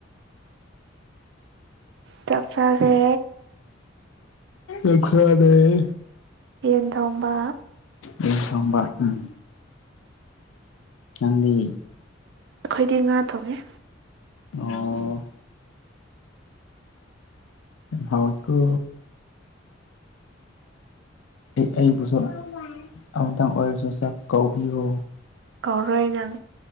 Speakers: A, on the right (about 60°); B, on the left (about 80°).
A: ꯇ ꯐꯔꯦ
B: ꯑꯩꯔꯦ
A: ꯌꯦꯟ ꯇꯣꯡꯕ
B: ꯑꯗꯨ ꯁꯣꯡꯕ ꯎꯝ ꯉꯗꯤ
A: ꯑꯩꯈꯣꯏꯗꯤ ꯉꯥ ꯊꯣꯡꯉꯦ
B: ꯑꯣ ꯍꯥꯎꯀ ꯑꯩꯕꯨꯁꯨ ꯑꯃꯇꯪ ꯑꯣꯏꯔꯁꯨ ꯆꯥꯛ ꯀꯧꯕꯤꯌꯨ
A: ꯀꯥꯎꯔꯣꯏ ꯅꯪ